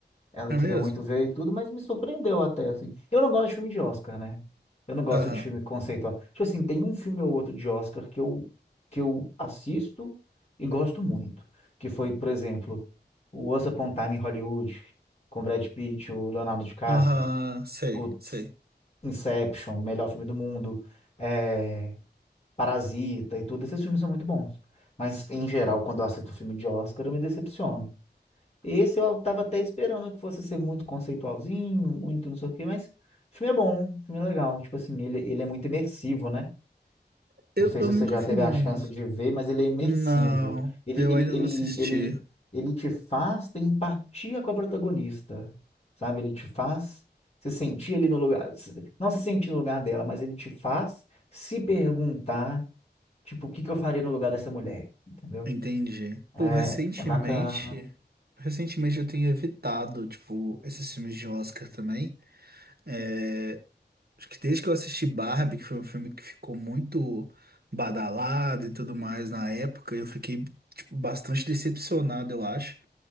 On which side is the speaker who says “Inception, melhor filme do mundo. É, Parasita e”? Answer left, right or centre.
Left